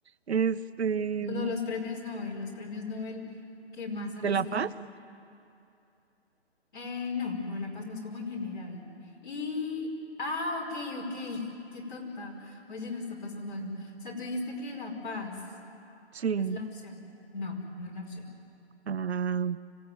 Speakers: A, on the right; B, on the left.
A: Este, ¿de
B: No, no, los premios Nobel, los premios Nobel que más ha
A: La
B: recibido.
A: Paz?
B: Eh, no, no, La Paz no es como en general. Y, ah, ok, ok, <laughs> qué tonta. Oye, no está pasando algo. O sea, tú dijiste que La Paz
A: Sí.
B: es la opción. No, no es la opción.
A: Ah,